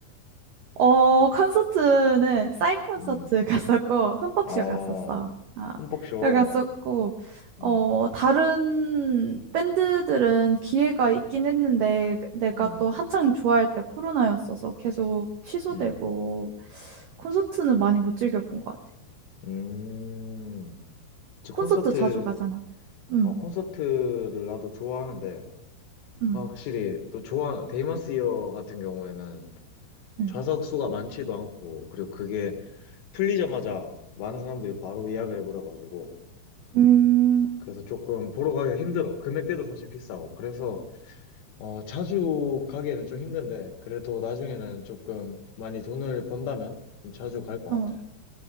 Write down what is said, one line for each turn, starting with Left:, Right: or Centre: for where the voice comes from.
Right: 어, 콘서트는 싸이 콘서트
Left: 음,
Right: <laughs> 갔었고 흠뻑쇼
Left: 어,
Right: 갔었어. 아,
Left: 흠뻑쇼.
Right: 여기 갔었고 어,
Left: 음.
Right: 다른 밴드들은 기회가 있긴 했는데 내가
Left: 음,
Right: 또 한창 좋아할 때 코로나였어서 계속 취소되고
Left: 음,
Right: 콘서트는 많이 못 즐겨본 것 같아.
Left: 음. 그치, 콘서트,
Right: 콘서트 자주 가잖아. 응,
Left: 어, 콘서트를 나도 좋아하는데,
Right: 응,
Left: 아, 확실히, 또 좋아, 데이먼스 이어 같은 경우에는
Right: 응.
Left: 좌석 수가 많지도 않고, 그리고 그게 풀리자마자 많은 사람들이 바로 예약을 해버려가지고,
Right: 음,
Left: 그래서 조금 보러 가기가 힘들어. 금액대도 사실 비싸고. 그래서, 어, 자주 가기에는 좀 힘든데, 그래도 나중에는 조금 많이 돈을 번다면 좀 자주 갈 것
Right: 어,
Left: 같아.